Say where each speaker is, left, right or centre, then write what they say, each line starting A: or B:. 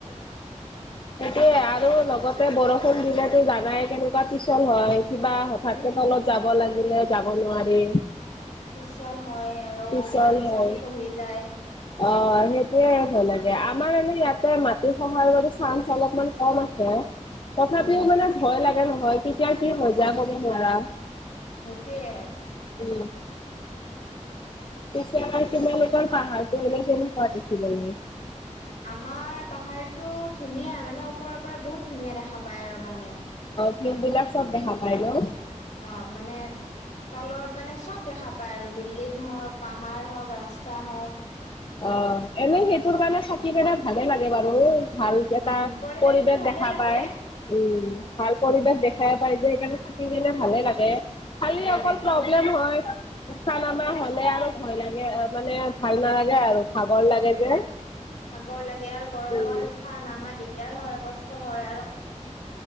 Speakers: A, on the left; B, on the left.
A: এইটোয়ে আৰু লগতে বৰষু বৰষুণ দিলেতো জানাই কেনেকুৱা পিছল হয় কিবা হঠাৎকে
B: উম
A: তলত যাব লাগে। উলাই যাব নোৱাৰি।
B: পিচল হয় আৰু
A: পিছল
B: মাটি
A: হয়
B: চাটি খহি যায়।
A: অ সেইটোয়ে ভয় লাগে আমাৰ এনে ইয়াতে মাটি সহাৰ বাবে চাইন্স অলপমান কম আছে। তথাপিও
B: উম
A: মানে ভয় লাগে নহয় কেতিয়া কি হৈ যায় কব নোৱাৰা।
B: সেইটোৱে।
A: উ। কেতিয়াবা তোমালোকৰ পাহাৰটো কেনেকুৱা হয় দেখিবলে।
B: আমাৰ পাহাৰতটো ধুনীয়া, মানে ওপৰৰ পৰা বহুত ধুনীয়া দেখা পায় আৰু। মানে
A: ন <inaudible> মবলাক চব দেখা পায় ৰ
B: অ মানে তলৰ মানে চব দেখা পায় আৰু বিল্ডিং হওঁক। পাহাৰ হওঁক ৰাস্তা হওঁক।
A: অ এনেই সেইটোৰ কাৰণে থাকি কেনে ভালে লাগে বাৰু। ভালকেটা
B: উম পৰিৱেশটো
A: পৰিৱেশ
B: ভালে
A: দেখা
B: লাগে
A: পায়, উম! ভাল পৰিৱেশ দেখা পাই যে সেইকাৰণে থাকি কেনে ভালে লাগে। খালি
B: ভালে
A: অকল
B: লাগে
A: প্ৰব্লেম
B: খালি
A: হয় উঠা নমা হলে আৰু। ভয় লাগে মানে ভাল নালাগে আৰু খাবৰ লাগে যে।
B: ভাগৰ লাগে আৰু গৰমত
A: উম,
B: উঠা নমা দিগদাৰ হয় কষ্ট হয় আৰু